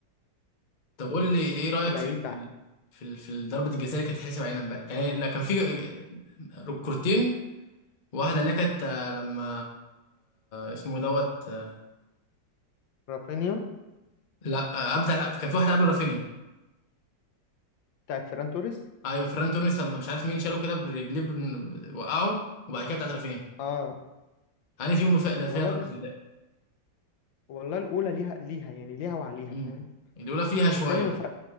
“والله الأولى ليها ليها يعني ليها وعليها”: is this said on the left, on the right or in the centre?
Left